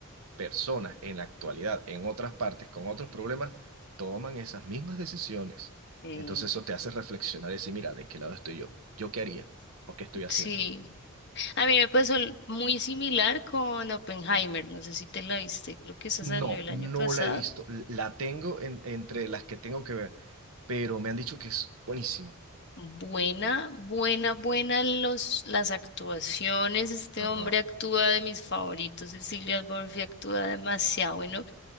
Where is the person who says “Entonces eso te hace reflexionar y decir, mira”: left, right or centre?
Right